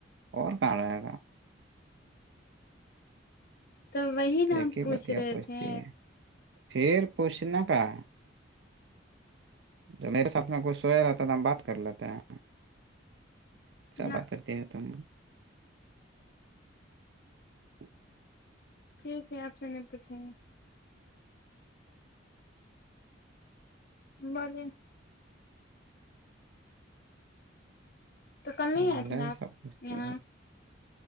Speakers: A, on the right; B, on the left.
A: اور کہاں رہے گا
B: تو وہی
A: تو
B: نا
A: یہ
B: ہم
A: ہی
B: پوچھ
A: بت یہ
B: رہے
A: پوچھتی
B: تھے
A: ہے پھر پوچھنا کا جب میرے ساتھ میں کھ سویا رہاتتا ہے تو ہم بات کر لیتے ہیں کیاا
B: نہ
A: بات کرتے ہیں <unintelligible> <unintelligible>
B: ٹھیک ہے آپ سے نہیں پوچھیں گے <unintelligible> تو کل
A: سوال
B: نہیں آئے تھے
A: ہے
B: نا آپ
A: سب پچھتی
B: یہاں